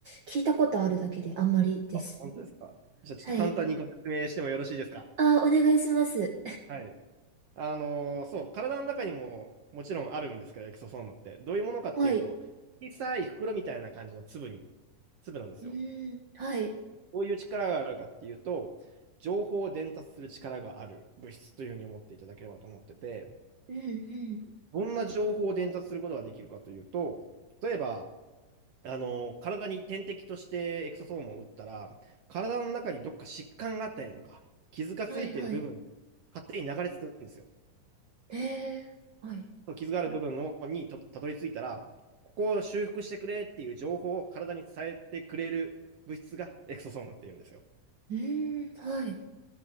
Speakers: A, on the right; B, on the right.
A: 聞いたことあるだけであんまりです。
B: あ、本当ですか。じゃあちょっと簡単にご説明してもよろしいですか。
A: はい。あ、お願いします。
B: はい。あのーそう、体の中にももちろんあるんですけど、エクソソームって。どういうものかっていうと、
A: はい。
B: 小さい袋みたいな感じの粒に、粒なんですよ。
A: うーん、はい。
B: どういう力があるかっていうと、情報を伝達する力がある物質というふうに思っていただければと思ってて、
A: うん、うん。
B: どんな情報を伝達することができるかというと、例えば、あの、体に点滴としてエクソソームを打ったら、体の中にどっか疾患があったりとか、傷がついている部分、
A: はい、はい。
B: 勝手に流れ着くんですよ。
A: ええ、はい。
B: その傷がある部分にとたどり着いたら、ここを修復してくれっていう情報を体に伝えてくれる物質がエクソソームっていうんですよ。
A: うーん、はい。